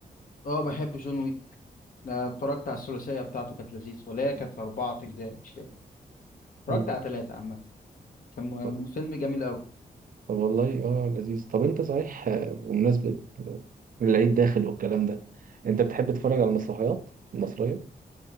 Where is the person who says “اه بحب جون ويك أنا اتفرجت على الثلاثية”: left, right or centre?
Left